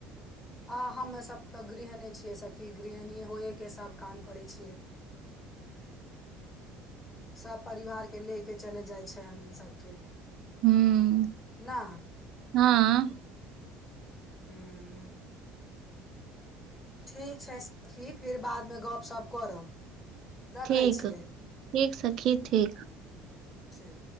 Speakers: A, on the left; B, on the right.
A: आ हममे सभ तऽ गृहणी छियै सखी गृहणी होइएके सभ काम करै छियै सभ परिवारके ले के चलि जाइ छै हमी सभके
B: हूँ
A: ना
B: हँ
A: हुं ठीक छै सखी फेर बादमे गपशप करब रखै
B: ठीक
A: छियै
B: ठीक सखी ठीक
A: ठीक